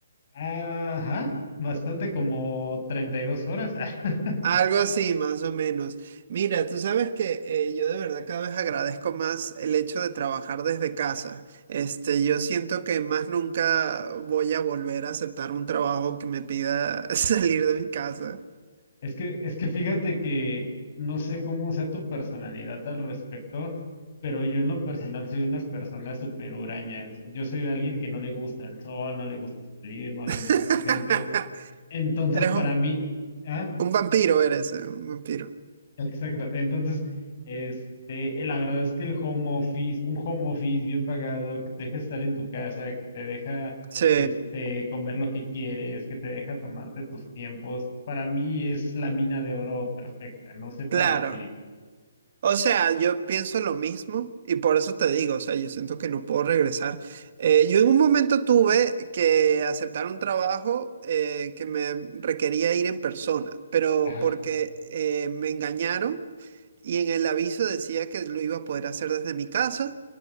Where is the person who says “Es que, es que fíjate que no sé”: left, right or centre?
Left